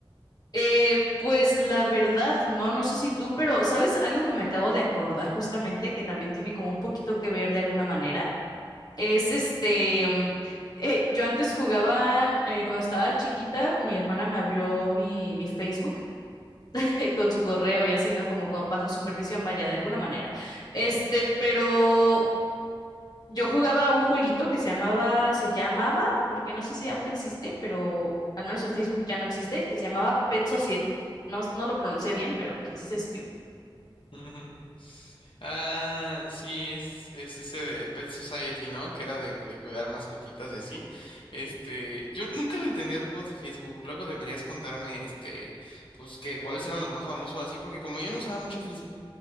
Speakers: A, on the left (about 45°); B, on the left (about 65°).
A: Eh, pues la verdad, no, no sé si tú, pero ¿sabes algo que me acabo de acordar justamente, que también tiene como un poquito que ver de alguna manera? Es este, mm, eh, yo antes jugaba, eh, cuando estaba chiquita, mi hermana me abrió mi, mi Facebook <laughs> con su correo y así, ¿no? Como co- bajo supervisión, vaya, de alguna manera. Este, pero Yo jugaba a un jueguito que se llamaba, se llamaba, porque no sé si aún existe, pero al menos en Facebook ya no existe, que se llamaba Pet Society. No, no lo pronuncié bien, pero pues así se escribe.
B: <laughs> Ah, sí, es, es ese de Pet Society, ¿no? Que era de, de cuidar mascotitas y así. Este, yo nunca le entendí a los juegos de Facebook. Luego deberías contarme, este, pues que cuáles eran los más famosos así, porque como yo no usaba mucho Facebook,